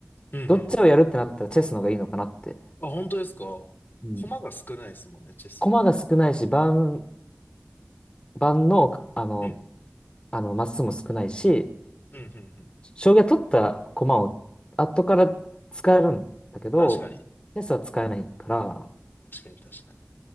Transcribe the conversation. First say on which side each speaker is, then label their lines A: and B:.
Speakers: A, on the left (about 45°); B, on the left (about 20°).
A: うん、うん。
B: どっちをやるってなったらチェスの方がいいのかなって。
A: あ、本当ですか駒が少ないですもんね、
B: うん。
A: チェスの方が。
B: 駒が少ないし、盤、盤の、あの、
A: うん。
B: あの、マスも少ないし、
A: うん、うん、うん。
B: 将棋は取った駒を後から使えるんだけど、
A: 確かに。
B: チェスは使えないから、
A: 確かに確かに。